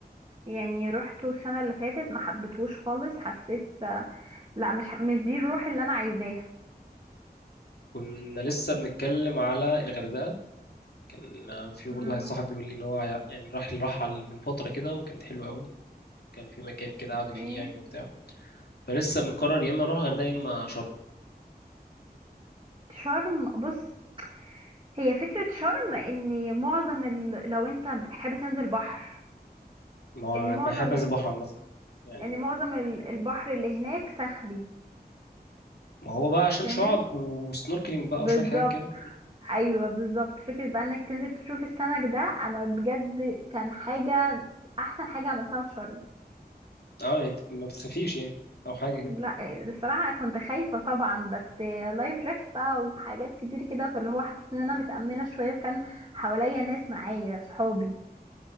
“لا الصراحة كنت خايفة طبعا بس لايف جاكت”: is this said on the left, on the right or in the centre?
Right